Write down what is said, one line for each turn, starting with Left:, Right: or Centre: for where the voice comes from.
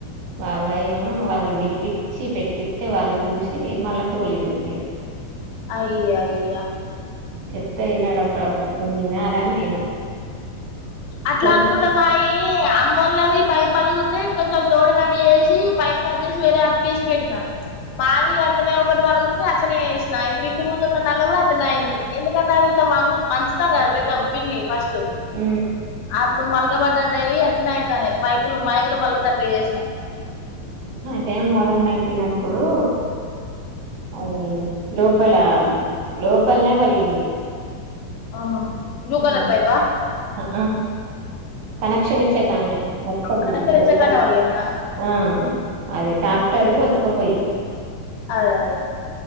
Right: మా అవ్వయ్యమో వాళ్ళన్ పిలిపి చ్చి పెట్టితే వాళ్ళు చూసి మళ్ళా గోలీది పెట్టారు
Left: అయ్యయ్యా
Right: చెప్తే వినడు అప్పుడప్పుడు కొన్ని వినాలని నేను
Left: అట్లా
Right: కొన్ని
Left: అనుకుంటం మాయి అమ్మలది పైపు పలిగితే కొంచెం తోడినట్టు ఏసి పైప్ కట్ జేసి వేరె అతకేేసి పెటిిన మాది అతనే ఒకటి పలుగుతె అట్లనే చేేసిన ఇప్పుడు ఇంటి ముందు ఉన్న నల్ల కూడా అట్లనే అయింది ఎందుకంటే అవి ఇట్ వంగు వంచుతం కదా పెద్దం పిన్ని ఫస్ట్
Right: ఊ
Left: అప్పుడు మల్లక బడ్డట్టయి అట్నే అవుతాన్నాయి పైపులు మాకుడు పలగుత అట్ల చేసిన
Right: అదే మొరం నెట్టినప్పుడు అది లోపల లోపలనే పలిగింది
Left: ఆహా బ్లూ
Right: అవును
Left: కలర్ పైపా
Right: అఆ కనెక్షన్ ఇచ్చే కన్నే మొత్తం
Left: కనెక్షన్
Right: లోపర
Left: ఇచ్చాకనే పలిగిందా
Right: ఆ అది టాక్టరు ఒత్తుకపోయి
Left: అదే అదే